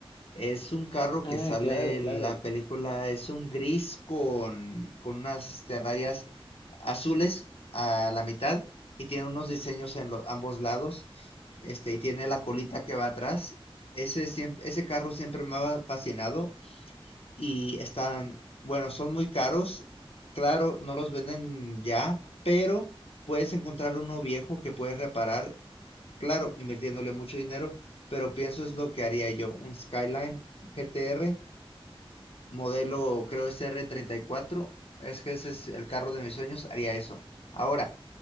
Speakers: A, on the left (about 75°); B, on the left (about 55°).
A: Es un carro
B: Ah,
A: que sale
B: claro,
A: en
B: claro.
A: la película, es un gris con, con unas este, rayas azules a la mitad y tiene unos diseños en lo- ambos lados, este, y tiene la colita que va atrás. Ese, siem- ese carro siempre me ha fascinado y están, bueno, son muy caros. Claro, no los venden ya, pero puedes encontrar uno viejo que puedes reparar claro, invirtiéndole mucho dinero, pero pienso es lo que haría yo, un Skyline GTR, modelo creo es r treinta y cuatro, es que ese es el carro de mis sueños, haría eso. Ahora,